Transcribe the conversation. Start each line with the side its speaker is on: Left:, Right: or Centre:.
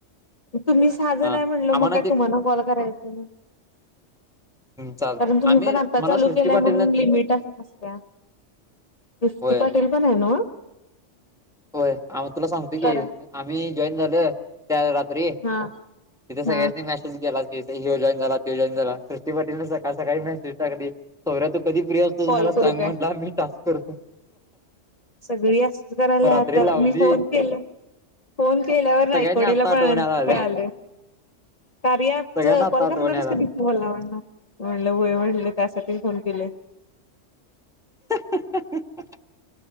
Left: तुम्ही साहा जण
Centre: हा
Left: हाय म्हणलं,
Centre: आम्हाला
Left: मग काय
Centre: ते
Left: तुम्हाला कॉल कराय येतय म्हणलं.
Centre: चाल
Left: कारण तुम्ही
Centre: आम्ही
Left: पण आता
Centre: मला
Left: चालू
Centre: सृष्टी
Left: केलंय
Centre: पाटील
Left: म्हणून लिमिट अशी नसत्या. सृष्टी
Centre: होय
Left: पाटील पण हाय नवं.
Centre: होय, आम तुला सांगतो की,
Left: करा
Centre: आम्ही जॉईन झालं. त्या रात्री,
Left: हा
Centre: तिथं सगळ्यांनी
Left: हा
Centre: मॅसेज गेलाच. हो जॉईन झाला, तो जॉईन झाला, सृष्टी पाटील न सकाळ सकाळी मॅसेज टाकली. सौर तु कधी फी असतोस
Left: कॉल
Centre: मला सांग
Left: करू काय
Centre: म्हटलां मी टास्क करतो.
Left: सगळी असच करायलात,
Centre: मग रात्री
Left: आता
Centre: लावली
Left: मी फोन केले. फोन केल्यावर नायकवडेला
Centre: सगळ्यांनी आत्ता आठवण
Left: पण
Centre: यायला लागल्या
Left: कळालय. कार्या ॲप
Centre: सगळ्यांना आत्ता
Left: कॉल
Centre: आठवण
Left: करणारीस आहेस
Centre: यायला
Left: का नाई तू मला म्हणलं, वय म्हणलं त्यासाठी फोन केलेय. <inaudible>
Centre: हा हा हा